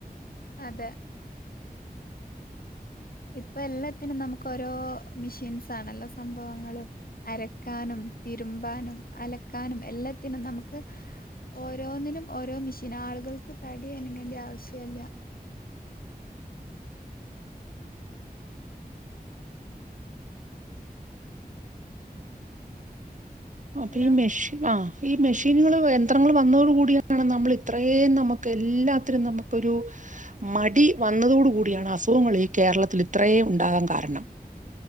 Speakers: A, on the left (about 65°); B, on the right (about 50°).
A: അതെ. ഇപ്പൊ എല്ലാത്തിനും നമുക്ക് ഓരോ മെഷീൻസാണ് എല്ലാ സംഭവങ്ങളും അരക്കാനും തിരുമ്പാനും അലക്കാനും എല്ലാത്തിനും നമുക്ക്- ഓരോന്നിനും ഓരോ മിഷീൻ ആളുകൾക്ക് തടി അനങ്ങേണ്ട ആവശ്യല്ല
B: അപ്പൊ
A: ഹലോ
B: ഈ മെഷ ആ ഈ മെഷീനുകൾന്ത പത്രങ്ങൾ വന്നതോട കൂടിയാണ് നമ്മൾ ഇത്രയും നമുക്ക് എല്ലാത്തിനും നമുക്കരു മടി വന്നതോടുകൂടിയാണ് അസുഖങ്ങള് ഈ കേരളത്തില് ഇത്രേ ഉണ്ടാകാന് കാരണം.